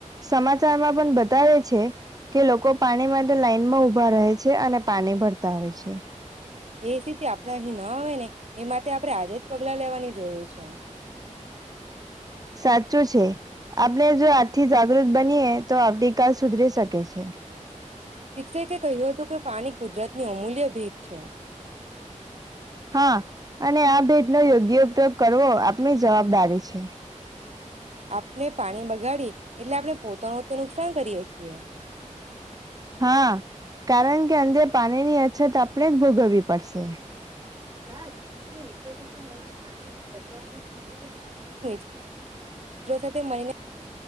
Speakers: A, on the right; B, on the right.
A: સમાચારમાં પણ બતાવે છે કે લોકો પાણી માટે લાઈનમાં ઊભા રહે છે અને પાણી ભરતા હોય છે
B: એ સ્િ આપણા અહીં ના આવે ને એ માટે આપણે આજે જ પગલાં લેવાની જરૂર છે ક્યા
A: સાચું છે આપણે જો આજથી જાગૃત બનીએ તો આવતીકાલ સુધરી શકે છે
B: શિક્ષકે કહ્યું હતું કે પાણી કુદરત ની અમૂલ્ય ભેગ છે
A: હા અને આ ભેટ નો યોગ્ય ઉપયોગ કરવો આપણી જવાબદારી છે
B: આપણે પાણી બગાડી એટલે આપણે પોતાનું તો નુકસાન કરીએ છીએ
A: હા કારણ કે અંદે પાણી ની અછત આપણે જ ભોગવવી પડશે લઈને પાણી બચાવવાનો સંભવ
B: મિતો સાથે મળીને